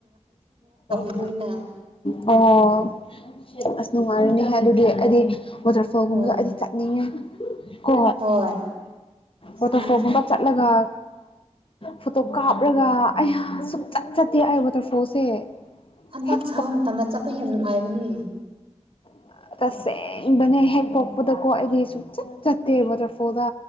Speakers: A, on the left; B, on the right.
A: <inaudible>
B: ꯕꯨꯅ
A: ꯑꯣ ꯑꯁ ꯅꯨꯡꯉꯥꯏꯔꯤꯅꯦ ꯍꯥꯏ ꯑꯗꯨꯗꯤ ꯑꯩꯗꯤ ꯋꯥꯇꯔꯐꯣꯜꯒꯨꯝꯕꯗ
B: ꯍꯣꯏ
A: ꯑꯩꯗꯤ ꯆꯠꯅꯤꯡꯉꯦ ꯀꯣ
B: ꯍꯣꯏ
A: ꯋꯥꯇꯔꯐꯣꯜꯒꯨꯝꯕ
B: ꯎꯝ
A: ꯆꯠꯂꯒ ꯐꯣꯇꯣ ꯀꯥꯞꯂꯒ ꯑꯩ ꯁꯨꯡꯛꯆꯠ ꯆꯠꯇꯦ ꯑꯩ ꯋꯥꯇꯔꯐꯣꯜꯁꯦ
B: ꯍꯟꯗꯛ
A: ꯍꯦꯛ
B: ꯁꯥꯕ ꯃꯇꯝꯗ ꯆꯠꯄ ꯌꯥꯝ ꯅꯨꯡꯉꯥꯏꯕꯅꯦ
A: ꯍ <inaudible> ꯇꯁꯦꯡꯕꯅꯦ ꯍꯦꯛ ꯄꯣꯛꯄꯗꯀꯣ ꯑꯩꯗꯤ ꯁꯨꯆꯠ ꯆꯠꯇꯦ ꯋꯥꯇꯔꯐꯣꯜꯗ